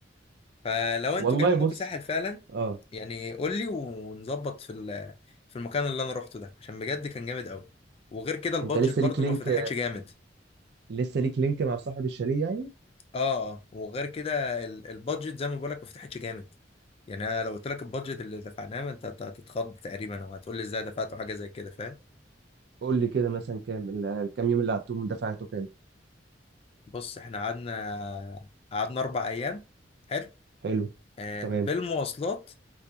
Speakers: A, on the left (about 30°); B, on the right (about 60°).
A: فلو
B: والله
A: انتوا جاي منكم
B: بص
A: ساحل فعلا
B: اه
A: يعني قول لي ونظبط في ال- في المكان اللي انا روحته ده عشان بجد كان جامد قوي وغير كده البادجت
B: انت لسه
A: برضه
B: ليك لينك
A: ما فتحتش جامد
B: لسه ليك لينك مع صاحب الشاليه يعني
A: اه اه وغير كده ال- البادجت زي ما بقول لك ما فتحتش جامد يعني انا لو قلت لك البادجت اللي دفعناه ما انت هت- هتتخض تقريبا او هتقول لي ازاي دفعت حاجه زي كده فاهم
B: قول لي كده مثلا كام ال- كام يوم اللي قعدتهم دفعته كام
A: بص احنا قعدنا قعدنا اربع ايام حلو
B: حلو
A: آه
B: تمام
A: بالمواصلات